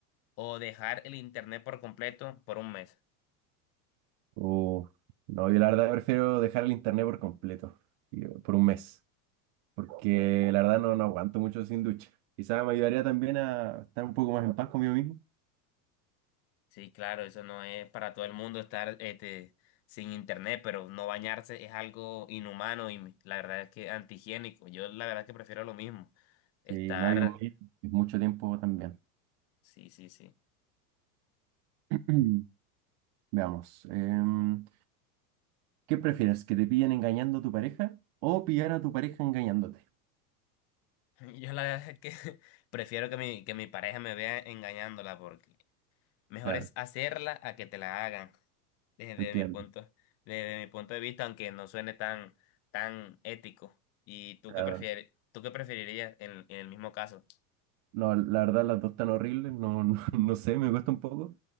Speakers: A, on the left (about 35°); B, on the right (about 45°).
A: o dejar el internet por completo por un mes?
B: Uf, no, yo la verdad prefiero dejar el internet por completo, y- eh, por un mes, porque la verdad no, no aguanto mucho sin ducha. Quizás me ayudaría también a estar un poco más en paz conmigo mismo.
A: Sí, claro, eso no es para todo el mundo estar este, sin internet, pero no bañarse es algo inhumano y me- la verdad es que antihigiénico. Yo la verdad es que prefiero lo mismo. Estar,
B: Sí, no hay un mes, es mucho tiempo también.
A: sí, sí, sí.
B: <clears throat> Veamos, em, ¿qué prefieres? ¿Que te pillen engañando a tu pareja o pillar a tu pareja engañándote?
A: <laughs> Yo la verdad es que <laughs> prefiero que mi, que mi pareja me vea engañándola porque mejor
B: Claro,
A: es hacerla a que te la hagan desde
B: entiendo.
A: mi punto, desde mi punto de vista, aunque no suene tan, tan ético. ¿Y tú
B: claro.
A: qué prefieres, tú qué preferirías en, en el mismo caso?
B: No, la verdad las dos están horribles, no, no, <laughs> no sé, me cuesta un poco.